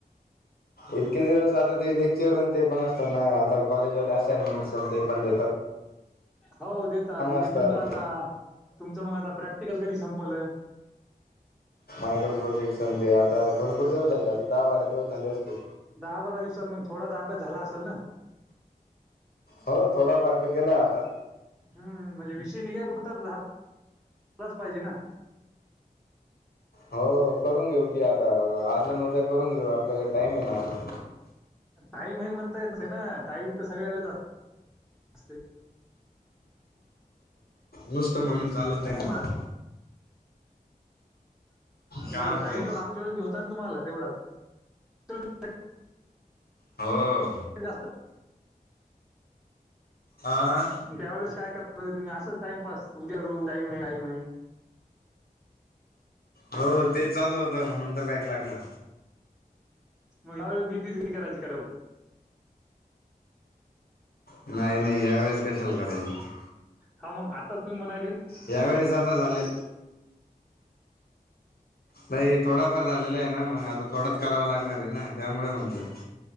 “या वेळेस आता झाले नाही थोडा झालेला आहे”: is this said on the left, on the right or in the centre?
Left